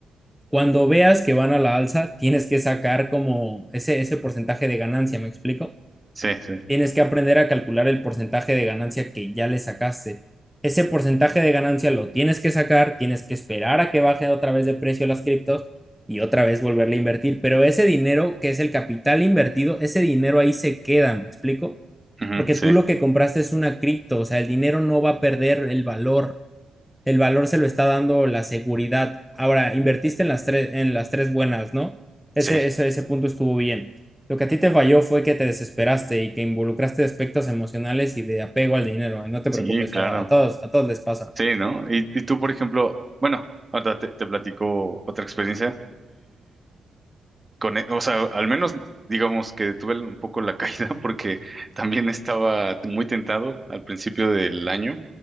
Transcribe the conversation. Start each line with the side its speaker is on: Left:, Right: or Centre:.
Centre: Cuando veas que van a la alza, tienes que sacar como ese, ese porcentaje de ganancia, ¿me explico?
Right: Sí, sí,
Centre: tienes que aprender a calcular el porcentaje de ganancia que ya le sacaste. Ese porcentaje de ganancia lo tienes que sacar, tienes que esperar a que baje otra vez de precio las criptos y otra vez volverle a invertir. Pero ese dinero, que es el capital invertido, ese dinero ahí se queda, ¿me explico?
Right: ujú,
Centre: Porque
Right: sí.
Centre: tú lo que compraste es una cripto, o sea, el dinero no va a perder el valor, el valor se lo está dando la seguridad. Ahora, invertiste en las tres, en las tres buenas, ¿no? Ese,
Right: Sí,
Centre: ese, ese punto estuvo bien. Lo que a ti te falló fue que te desesperaste y que involucraste aspectos emocionales y de apego al dinero. No te preocupes,
Right: Sí, claro.
Centre: a, a todos, a todos les pasa.
Right: Sí, ¿no? Y, y tú, por ejemplo, bueno, ahora te, te platico otra experiencia con, e- o sea, al menos digamos que tuve un poco la caída <laughs> porque también estaba muy tentado al principio del año